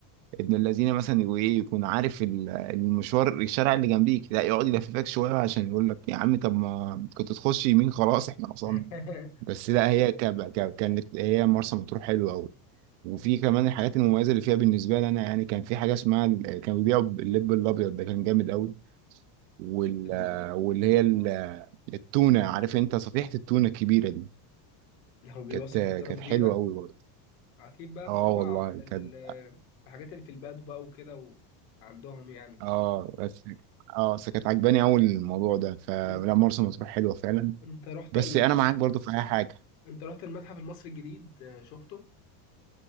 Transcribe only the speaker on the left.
<laughs>
ال-
لو بيوصف
حتة كبيرة
أكيد بقى
ده طبعا
ال-
الحاجات اللي في البلد بقى وكده وعندهم يعني
م-
أنت رحت
ال...
أنت رحت المتحف المصري الجديد آه، شفته؟